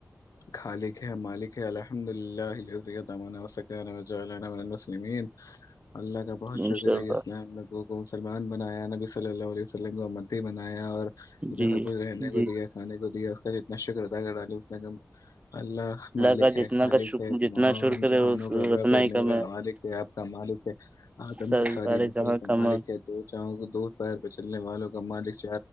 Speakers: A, on the left; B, on the right.
A: خالی مالک ہے اللہ الحمد للہ دہ <unintelligible> جال وسلمین اللہ کا بہت
B: انشاء
A: شکر ہے
B: اللہ
A: اس کو سلمان بنایا نبی صلی اللہ علیہ وسلم کو امتتی بنایا اور انا
B: جی
A: سب کچھ رہنے کو
B: جی
A: دیا کھانے کو دیا نشرداگر ڈالم اللہ مالک
B: کا
A: ہے
B: جتنا
A: خالق
B: کا
A: ہے تمام
B: جتنا شکر کرے
A: جوہانوں کر رہا
B: اتنا
A: پ
B: ہی کم
A: میرا
B: ہے
A: مالک ہے آپ کا مالک ہے آدم
B: سارے
A: کی ساری نسل
B: جہاں
A: کا
B: کم
A: مالک دو چاؤوں کو دو پائیر پہ چلنے وال والوں کا مالک چ